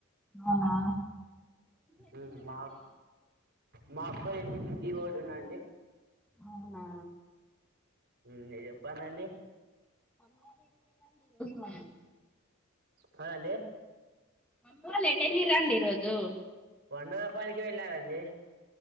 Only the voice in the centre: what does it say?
అవున
అవున
పాయి
అమ్మోలు ఎటు ఎల్లీరు అండి ఈరోజు